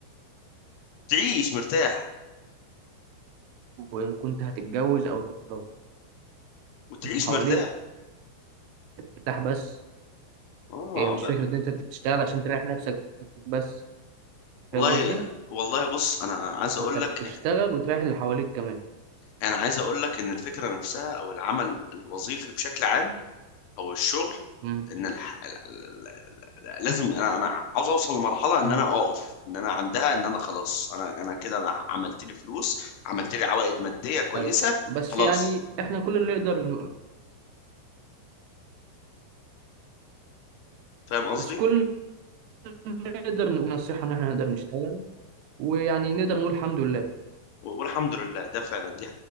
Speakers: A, on the left; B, on the right.
A: تعيش مرتاح
B: وإن كنت هتتجوز أو لو
A: وتعيش
B: كنت حواليك
A: مرتاح
B: مرتاح بس
A: اه
B: هي مش
A: بقى.
B: فكرة ان انت إنت بتشتغل عشان تريح نفسك بس
A: والله
B: فاهم قصدي
A: والله بص انا أنا عايز اقول
B: انت بتشتغل
A: لك
B: وتريح اللي حواليك كمان
A: انا عايز اقول لك ان الفكره نفسها او العمل الوظيفي بشكل عام او الشغل
B: امم
A: ان الح... ال- ال- ال- لازم انا انا عاوز اوصل لمرحله ان
B: امم
A: انا اقف ان انا عندها ان انا خلاص انا انا كده انا عملت لي فلوس عملت لي عوائد ماديه كويسه
B: ايوه بس
A: خلاص
B: يعني احنا كل اللي نقدر نقول
A: فاهم قصدي
B: بس كل اللي نقدر نقول نصيحة ان احنا نقدر نشتغل ويعني نقدر نقول الحمد لله
A: و- والحمد لله ده فعلا دي